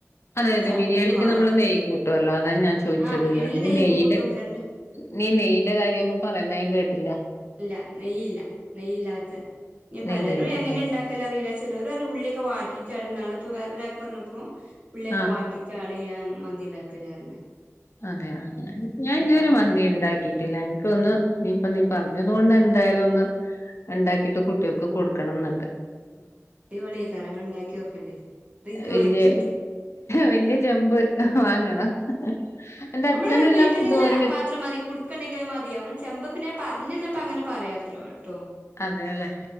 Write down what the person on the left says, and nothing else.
അതെ
അതെ
ബിരിയാണിക്ക്
നമ്മള് നെയ്യ് കൂട്ടല്ലോ. അതാണ് ഞാൻ ചോദിച്ചത്
നെയ്ന്റെ
നീ നെയ്യിന്റെ കാര്യമൊന്നും പറയന്ന ഞാൻ കേട്ടില്ല
നെയ്യില്ലാത്ത
ആഹ്
അതെയതെ ഞാൻ ഇതുവരെ
മന്തി ഉണ്ടാക്കിയിട്ടില്ല. ഒന്ന് നീ ഇപ്പൊ നീ പറഞ്ഞത് കൊണ്ട് എന്തായാലും ഒന്ന് ഉണ്ടാക്കിട്ട് കുട്ടികൾക്ക് കൊടുക്കണംന്നുണ്ട്.
വല്യ
വല്യ ചെമ്പ് വാങ്ങണം. എന്റെ
അച്ഛനെല്ലാ
ഫുഡും ഒരു വി
അതെല്ലേ